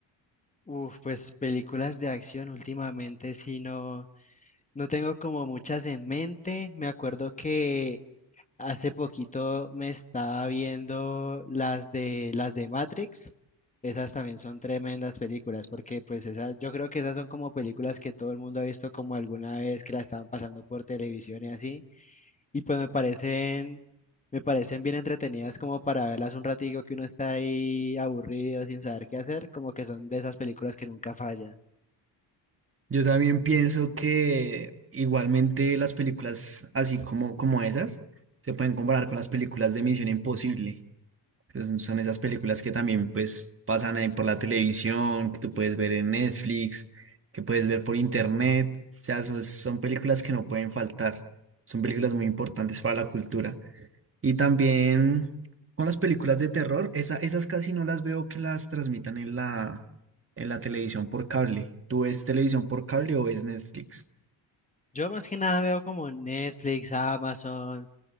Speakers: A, on the left; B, on the right.
A: Uf, pues películas de acción últimamente sí no, no tengo como muchas en mente. Me acuerdo que hace poquito me estaba viendo las de las de Matrix. Esas también son tremendas películas, porque pues esas, yo creo que esas son como películas que todo el mundo ha visto como alguna vez que la estaban pasando por televisión y así. y pues me parecen, me parecen bien entretenidas como para verlas un ratico que uno está ahí aburrido sin saber qué hacer, como que son de esas películas que nunca fallan.
B: Yo también pienso que igualmente las películas así como, como esas se pueden comparar con las películas de Misión Imposible. Entonces, son esas películas que también pues pasan ahí por la televisión, que tú puedes ver en Netflix, que puedes ver por internet. O sea, son son películas que no pueden faltar. Son películas muy importantes para la cultura. Y también con las películas de terror, esa- esas casi no las veo que las transmitan en la, en la televisión por cable. ¿Tú ves televisión por cable o ves Netflix?
A: Yo más que nada veo como Netflix, Amazon,